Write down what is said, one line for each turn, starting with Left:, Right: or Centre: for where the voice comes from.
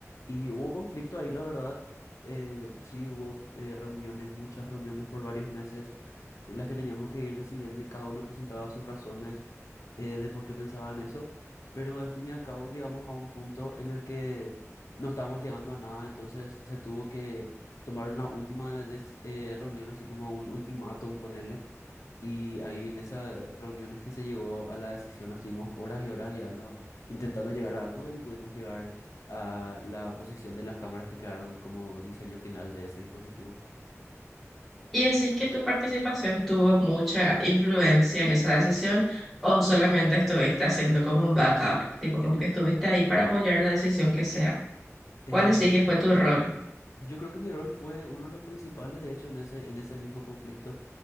Left: Y hubo conflicto ahí, la verdad. eh, sí, hubo eh, reuniones, muchas reuniones por varios meses en las que teníamos que ir decidiendo y cada uno presentaba sus razones eh, de por qué pensaban eso, pero al fin y al cabo llegamos a un punto en el que no estábamos llegando a nada, entonces se tuvo que tomar una última des- eh, reunión, así como un ultimátum ponerle, y ahí en esas reuniones que se llegó a la decisión, estuvimos horas y horas llegando, intentando llegar a algo y pudimos llegar a la posición de las cámaras que quedaron como diseño final de ese dispositivo.
Centre: ¿Y decís que tu participación tuvo mucha influencia en esa decisión o solamente estuviste haciendo como un backup, tipo como que estuviste ahí para apoyar la decisión que sea?
Left: Eh,
Centre: ¿Cuál decís que fue tu rol?
Left: Yo creo que mi rol fue uno de los principales, de hecho, en ese, en ese mismo conflicto,